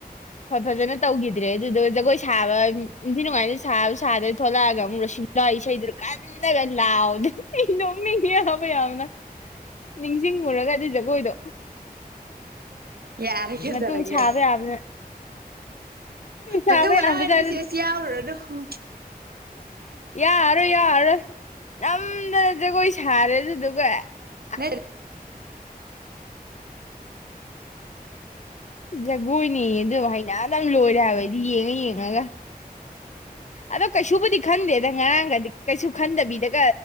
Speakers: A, on the left; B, on the right.
A: ꯐꯖꯅ ꯇꯧꯈꯤꯗ꯭ꯔꯦ ꯑꯗꯨꯗ ꯖꯒꯣꯏ ꯁꯥꯕ ꯅꯤꯡꯊꯤ ꯅꯨꯡꯉꯥꯏꯗ ꯁꯥꯕ ꯁꯥꯗ꯭ꯔ ꯊ ꯊꯣꯛꯂꯛꯑꯒ ꯑꯃꯨꯛ ꯂꯁꯤꯂ ꯏꯁꯩꯗꯨ ꯀꯜꯂꯒ ꯂꯥꯎꯗ ꯅꯣꯡ ꯍꯕ ꯌꯥꯅ ꯅꯤꯡꯁꯤꯡꯉꯨꯔꯒ ꯑꯗꯨ ꯖꯒꯣꯏꯗꯣ
B: ꯌꯥꯔꯦ ꯀꯩꯗꯧꯔꯒꯦ
A: ꯃꯇꯨꯡ ꯁꯥꯕ ꯌꯥꯕꯅ ꯌꯥꯝꯌꯥꯝꯕꯖꯥꯗꯦ
B: ꯃꯇꯨꯡ ꯃꯅꯥꯎ ꯑꯣꯏꯅ ꯁꯦꯁ ꯌꯥꯎꯔꯨꯔꯅꯨ
A: ꯌꯥꯔꯣꯏ ꯌꯥꯔꯣꯏ ꯅꯝꯗꯅ ꯖꯒꯣꯏ ꯁꯥꯔꯦ ꯑꯗꯨꯗꯨꯒ ꯑꯁ
B: ꯅꯔꯤ
A: ꯖꯒꯣꯏꯅꯦ ꯑꯗꯨ ꯍꯩꯅ ꯑꯗꯨ ꯂꯣꯏꯔꯦ ꯍꯥꯏꯕꯗꯤ ꯌꯦꯡꯉ ꯌꯦꯡꯉꯒ ꯑꯗꯀ ꯁꯨꯕꯗꯤꯛ ꯍꯟꯦꯗꯪ ꯉꯥꯡꯗꯤ ꯀꯩꯁꯨ ꯈꯟꯗꯕꯤꯗꯒ